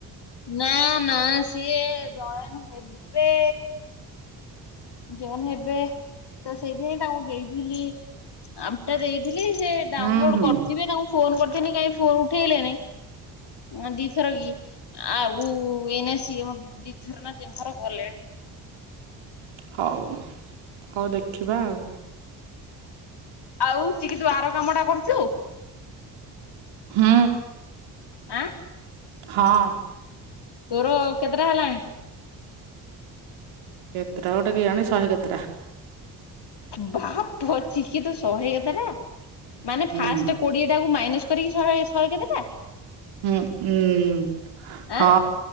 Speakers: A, on the left (about 55°); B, on the right (about 75°).
A: ନା ନା ସିଏ ଜଏନ ହେବେ ଜଏନ ହେବେ ତ ସେଇଥିି ପାଇଁ ତାଙ୍କୁ ଦେଇଥିଲି ଆପଟା ଦେଇଥିଲି ସେ ଡାଉନଲୋଡ
B: ହୁଁ ହୁଁ
A: କରିଥିବେ ତାଙ୍କୁ ଫୋନ କରିିଥିଲି କାହିଁ ଫୋନ ଉଠେଇଲେନି ଉମ ଦିଇଥର କି। ଆଉ ଏଇନା ସିଏ ମତେ ଦିଇ ଥର ନା ତିନି ଥର କଲେଣି।
B: ହଉ ହଉ ଦେଖିବା ଆଉ।
A: ଆଉ ଚିକି ତୁ ଆର କାମ ଟା କରିଚୁ?
B: ହୁଁ।
A: ଆଁ?
B: ହଁ।
A: ତୋର କେତେଟା ହେଲାଣି?
B: କେତେଟା ଗୋଟେ କିଏଜାଣି ଶହେ କେତେଟା।
A: ବାପ ଚିକି ତୁ ଶହେ କେତେଟା ମାନେ
B: ହୁଁ
A: ଫାଷ୍ଟ କୋଡ଼ିଏ ଟା କୁ ମାଇନସ୍ କରିକି ଶହେ ଶହେ କେତେଟା?
B: ଉମ ହଁ
A: ଆଁ